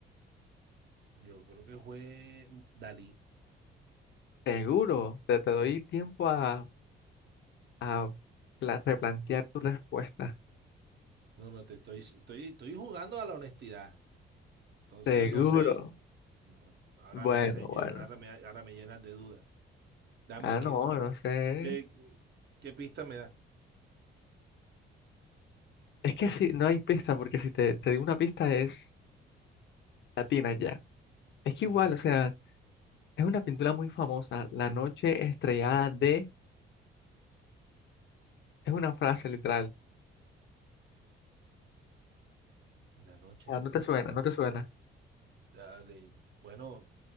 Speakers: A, on the right (about 60°); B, on the left (about 65°).
A: yo creo que fue Dalí.
B: Seguro, te, te doy tiempo a, a pla- replantear tu respuesta.
A: No, no, te estoy, estoy, estoy jugando a la honestidad. Entonces,
B: Seguro.
A: no sé. no, ahora
B: Bueno,
A: me hace,
B: bueno.
A: lle- ahora me, ahora me llenas de dudas. Dame,
B: Ah,
A: ¿qué,
B: no, no sé.
A: qué, qué pista me da?
B: Es que si no hay pista, porque si te, te digo una pista es latina ya. Es que
A: Ujú.
B: igual, o sea, es una pintura muy famosa, La noche estrellada de... Es una frase literal.
A: La noche
B: Ah,
A: estrellada.
B: no te suena, no te suena.
A: Dale. Bueno,